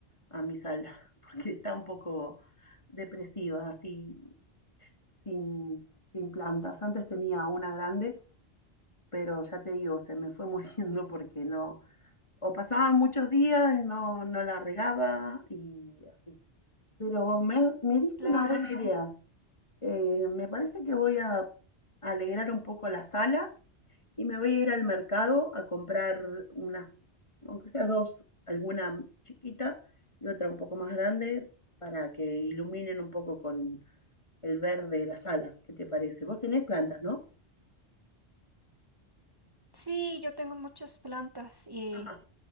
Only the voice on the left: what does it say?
a mi sala, <laughs> porque está un poco depresiva, así, sin, sin plantas. Antes tenía una grande, pero ya te digo, se me fue <laughs> muriendo porque no, o pasaban muchos días y no, no la regaba y así. Pero me, me diste
una buena idea. Eh, me parece que voy a alegrar un poco la sala y me voy a ir al mercado a comprar unas, aunque sea dos, alguna chiquita y otra un poco más grande para que iluminen un poco con el verde de la sala. ¿Qué te parece? Vos tenés plantas, ¿no?
Ajá.